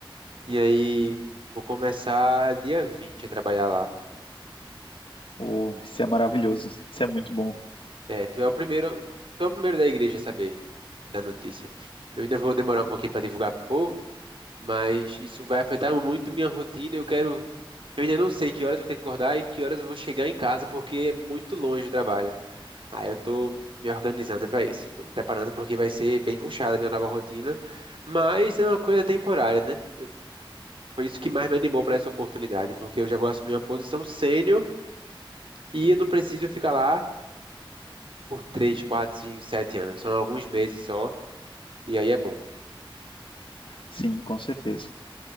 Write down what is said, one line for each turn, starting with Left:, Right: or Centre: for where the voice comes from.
Right: e aí vou começar dia 20 a trabalhar lá.
Left: Oh, isso é maravilhoso, isso é muito bom.
Right: É, tu é o primeiro, tu é o primeiro da igreja a saber da notícia. Eu ainda vou demorar um pouquinho para divulgar pro povo, Mas isso vai afetar muito minha rotina. Eu quero. Eu ainda não sei que horas eu vou ter que acordar e que horas eu vou chegar em casa, porque é muito longe o trabalho. Aí eu tô me organizando para isso. Tô me preparando porque vai ser bem puxada a minha nova rotina. Mas é uma coisa temporária, né? Eu- Foi isso que mais me animou para essa oportunidade, porque eu já vou assumir uma posição sênior e eu não preciso ficar lá por 3, 4, 5, 7 anos. São alguns meses só, e aí é bom.
Left: Sim, com certeza.